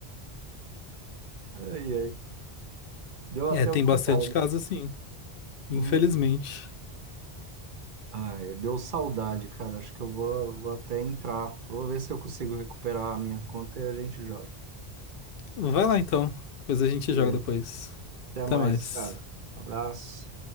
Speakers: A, on the right; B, on the left.
A: Ai, ai. Deu até
B: É, tem
A: vontade.
B: bastante caso assim,
A: Hum.
B: infelizmente.
A: Ai, deu saudade, cara. Acho que eu vou, vou até entrar. Vou ver se eu consigo recuperar a minha conta e a gente joga.
B: Vai lá então, depois a gente
A: Beleza.
B: joga depois.
A: Até mais,
B: Até mais.
A: cara. Abraço.